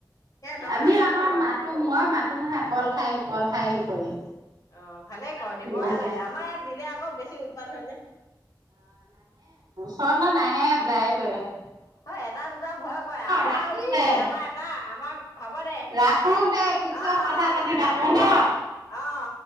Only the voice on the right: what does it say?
আমি
আকৌ,
মাতো মই মাতো কল খা হি কল খা হি কৰি।
নাহে
চল নাহে যায় গৈ <unintelligible>
ৰাখো
দে।
ৰাখো দে পিছৰ
কথা পাতিম আকৌ ন।